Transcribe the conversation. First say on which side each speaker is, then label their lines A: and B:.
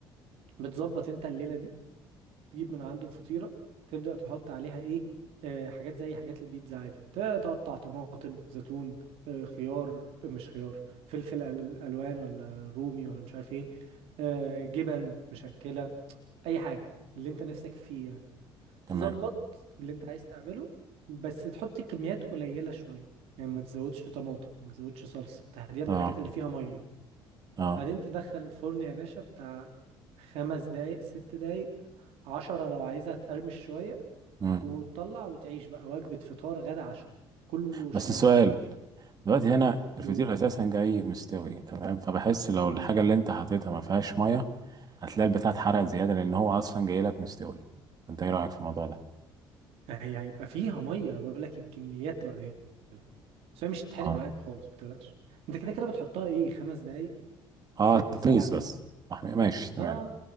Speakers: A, on the right; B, on the right.
A: بتظبط انت الليلة دي تجيب من عنده الفطيرة تبدأ تحط عليها ايه آه حاجات زي حاجات البيتزا عادي تقطع طماطم زيتون آه خيار آه، مش خيار فلفل أل- الوان ولا رومي ولا مش عارف ايه آه جبن مشكلة اي حاجة اللي انت نفسك فيه يعني.
B: تمام
A: تظبط اللي انت عايز تعمله بس تحط كميات قليلة شوية يعني ما تزودش طماطم ما تزودش صلصة تحديدا
B: اه
A: الحاجات اللي فيها مية
B: اه
A: بعدين تدخل الفرن يا باشا بتاع خمس دقايق ست دقايق عشرة لو عايزها تقرمش شوية
B: مم.
A: وتطلع وتعيش بقى وجبة فطار غدا عشاء كله شغال
B: بس السؤال
A: معاك
B: دلوقتي هنا الفطير
A: مم.
B: اساسا جاي مستوي تمام فبحس لو
A: مم.
B: الحاجه اللي انت حطيتها ما فيهاش ميه هتلاقي البتاع اتحرق زياده لان هو اصلا جاي لك مستوي انت ايه رايك في الموضوع ده
A: هي هيبقى فيها مية بقول لك الكميات تبقى قليلة بس هي مش هتتحرق
B: اه
A: معاك خالص ما تقلقش انت كده كده بتحطها ايه خمس دقايق
B: اه
A: ست سبع
B: تميز
A: دقايق
B: بس أحمي- ماشي تمام
A: اه